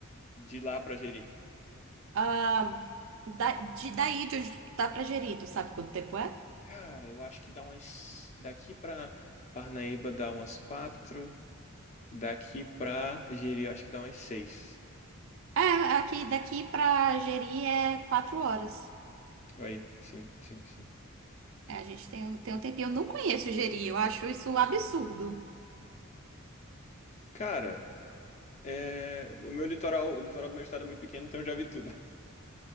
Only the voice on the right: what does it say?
Ah, da, de, daí de onde dá pra Jeri, tu sabe quanto tempo é?
É, aqui, daqui pra Jeri é quatro horas.
É, a gente tem, um- tem um tempinho. Eu não conheço Jeri, eu acho isso um absurdo.